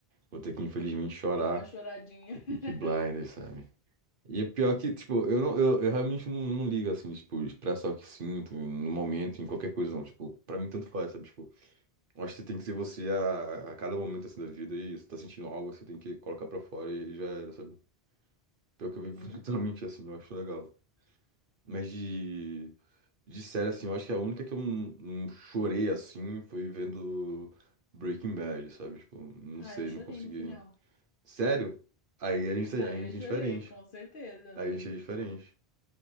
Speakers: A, on the right; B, on the left.
A: vou ter que infelizmente chorar
B: Dá uma choradinha.
A: o Peaky
B: <laughs>
A: Blinders, sabe? E é pior que, tipo, eu, não, eu, eu realmente não, não ligo, assim, tipo, expressar o que sinto no momento, em qualquer coisa, não. Tipo, pra mim tanto faz, sabe? Tipo, eu acho que tem que ser você a, a cada momento, assim, da vida e se tá sentindo algo, você tem que colocar pra fora e, e já era, sabe? Pior
B: Uhum.
A: que eu vivo <laughs> literalmente assim, eu acho legal. Mas de, de série, assim, eu acho que a única que eu não, não chorei, assim, foi vendo Breaking Bad, sabe? Tipo, não
B: Ah,
A: sei,
B: eu chorei
A: não consegui.
B: no final.
A: Sério? Aí a gente, a
B: Ah,
A: gente
B: eu chorei,
A: é diferente.
B: com certeza,
A: Aí
B: mano.
A: a gente é diferente.